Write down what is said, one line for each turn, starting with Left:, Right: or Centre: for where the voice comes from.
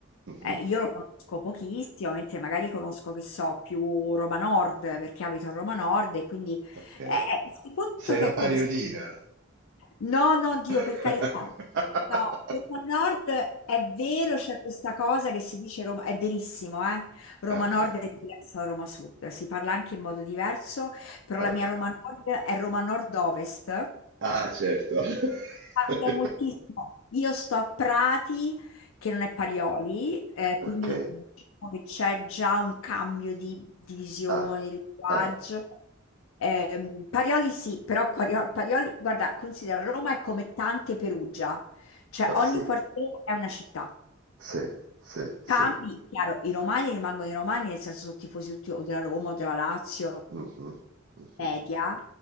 Right: mhm,
Left: eh, io lo conosco pochissimo, mentre magari conosco, che so, più Roma Nord, perché abito a Roma Nord e quindi
Right: ok.
Left: eh, eh, fai conto
Right: Sei
Left: che
Right: una
Left: è
Right: pariolina.
Left: come se No, no, Dio,
Right: <laughs>
Left: per carità. No, Roma Nord è vero, c'è questa cosa che si dice Roma, è verissimo, eh? Roma
Right: Ah,
Left: Nord
Right: ah,
Left: è diversa da Roma Sud, si parla anche in modo diverso, però
Right: ah.
Left: la mia Roma Nord è Roma Nord-Ovest
Right: Ah, certo.
Left: Cambia
Right: <laughs>
Left: moltissimo. Io sto a Prati, che non è Parioli, eh,
Right: Ok.
Left: quindi diciamo che c'è già un cambio di, di visione,
Right: Ah,
Left: di linguaggio.
Right: ah,
Left: Ehm, Parioli sì, però Quario- Parioli, guarda, considera Roma è come tante Perugia, cioè
Right: ah,
Left: ogni
Right: sì,
Left: quartiere è una città.
Right: sì, sì, sì.
Left: Cambi, chiaro, i romani rimangono i romani, nel senso sono tifosi tutti o della Roma o della Lazio,
Right: Mh-mh, mh-mh.
Left: media,